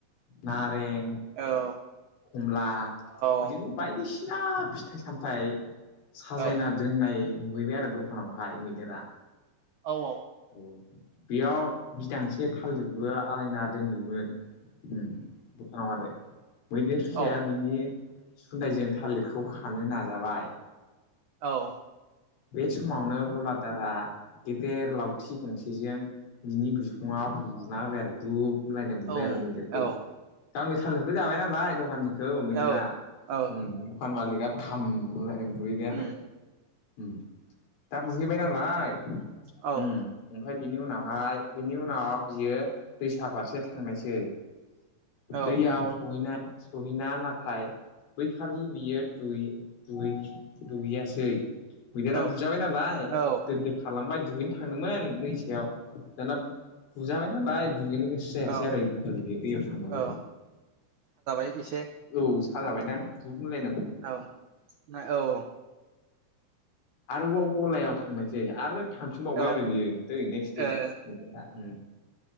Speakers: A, on the left; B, on the right.
A: नारें
B: औ
A: खमला बिदिनो
B: औ
A: बायदिसिना फिथाइ सामथाय साजायना
B: औ
A: दोननाय नुहैबाय आरो दखानावहाय मैदेरा।
B: औ औ
A: औ बेयाव बिदांसे थालिरबो आलायना दोनदोंमोन। उम दखानाव आरो। मैदेर फिसाया
B: औ
A: बिनि सुन्दायजों थालिरखौ खानो नाजाबाय।
B: औ
A: बे समावनो गलादारा गेदेर लावथि गंसेजों बिनि बि खुंआव बुना होबाय आरो दुब होनलायनाय बुबाय
B: औ
A: आरो मैदेरखौ
B: औ
A: गावनि थालिरखौ जाबाय नाल लाय दखाननिखौ मैदेरा
B: औ औ
A: उम दखान मालिकआ थाम होनलायनाय बुहैबाय आरो।
B: उम
A: उम दा बुहैबाय नालाय
B: औ
A: उम ओमफ्राय बिनि उनावहाय बिनि उनाव बियो दैसा फारसे थांनायसै
B: औ
A: दैयाव सहैना सहैना नाथाय बैखालि बियो दुगै-दुगै-दुगैयासै। मैदेरा
B: औ
A: बुजाबाय नालाय
B: औ
A: दोर दोर खारलांबाय दुगैनो थांदोंमोन दै सायाव दाना बुजाबाय नालाय दुगैनो गोसो जायासै
B: औ
A: आरो ओइदिनखालि बियो दैयाव थांबाबो।
B: औ साजाबाय एसे।
A: औ साजाबायदां दुब होनलायना
B: औ ना औ
A: आरोबाव गलायाव थांनायसै आरो थांफिनबावबाय
B: ओ
A: आरो बियो दै नेक्स्ट
B: औ
A: दे उम